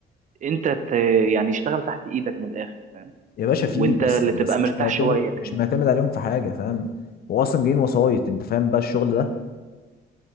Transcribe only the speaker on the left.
يا باشا
فيه بس
بس
مش معتمد
مش معتمد عليهم في حاجه فاهم هو اصلا جايين وسايط انت فاهم بقى الشغل ده